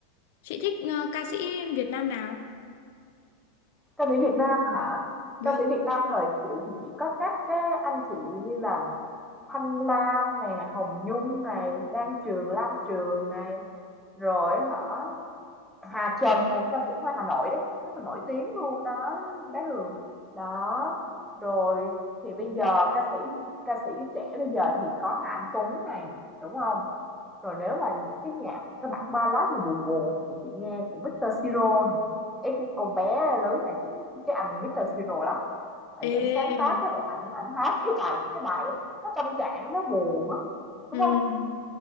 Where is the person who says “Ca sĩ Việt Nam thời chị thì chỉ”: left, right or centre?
Centre